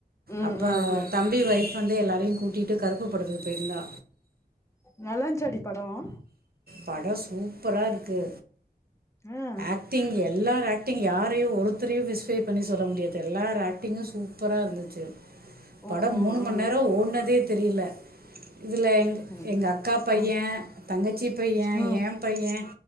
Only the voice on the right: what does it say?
அப்ப
தம்பி ஒய்ஃப் வந்து எல்லாரையு கூட்டிட்டு கருப்புப் படத்துக்கு போயிருந்தா
படம் சூப்பரா இருக்கு
ஆக்டிங் எல்லார் ஆக்டிங் யாரையு ஒருத்தரையு ஸ்பெசிஃபை பண்ணி சொல்ல முடியாது எல்லார் ஆக்டிங்கும் சூப் பரா இருந்துச்சு படம்
மூணு மண்
நேரம் ஓடுனதே தெரில இதுல எங்க
எங்க அக்கா பையன்
தங்கச்சி பையன்
என் பையன்